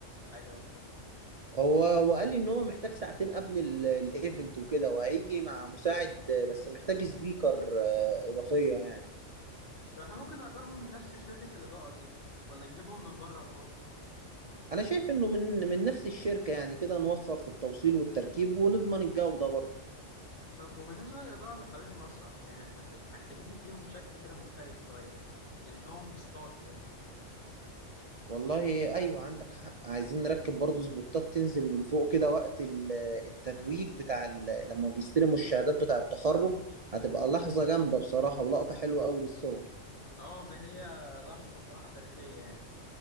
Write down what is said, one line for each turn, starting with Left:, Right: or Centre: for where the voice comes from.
Left: حاجة
Right: هو وقال لي ان هو محتاج ساعتين قبل ال- الايفنت وكده وهيجي مع مساعد بس محتاج سبيكر آه، اضافية يعني
Left: طب احنا ممكن نأجرهم من نفس شركة الإضاءة ديت ولا نجيبهم من بره وخلاص
Right: انا شايف انه من من نفس الشركة يعني كده نوفر في التوصيل والتركيب ونضمن الجودة برضه
Left: طب وبالنسبة للإضاءة اللي حوالين المسرح يعني احنا محت- محتاجين نديهم شكل كده مختلف شوية كأنهم ستار كده
Right: والله ايوه عندك حق عايزين نركب برضه سبوتات تنزل من فوق كده وقت ال- التتويج بتاع ال- لما بيستلموا الشهادات بتاع التخرج هتبقى لحظة جامدة بصراحة ولقطة حلوة قوي للصور
Left: اه ما هي لحظة الصراحة تاريخية يعني